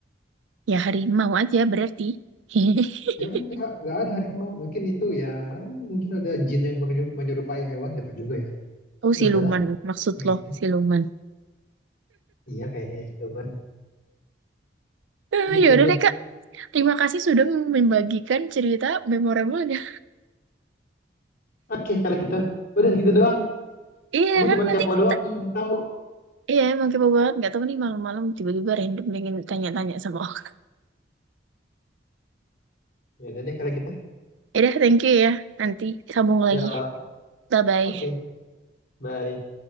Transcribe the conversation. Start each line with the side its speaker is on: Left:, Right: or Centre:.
Right: ya harimau aja berarti. <laughs>
Left: ya nggak nggak ada harimau mungkin itu ya mungkin ada jin yang menyu- menyerupai hewan nggak tahu juga ya
Right: Oh
Left: ya
Right: siluman,
Left: udahlah
Right: maksud
Left: gitu
Right: lo siluman.
Left: iya kayaknya ya, Doban.
Right: Eh,
Left: gitu
Right: Ya udah
Left: deh
Right: deh Kak, terima kasih sudah membagikan cerita memorable-nya.
Left: oke kalau gitu udah gitu doang
Right: <laughs> Iya
Left: kamu
Right: kan
Left: cuma
Right: nanti
Left: kepo
Right: kita,
Left: doang pengen tahu
Right: iya emang kepo banget. Nggak tahu nih malam-malam tiba-tiba random pengen tanya-tanya sama orang. <laughs>
Left: Ya udah deh kalau gitu.
Right: Ya udah, thank you ya. Nanti sambung lagi.
Left: Ya,
Right: Bye-bye.
Left: oke. Bye.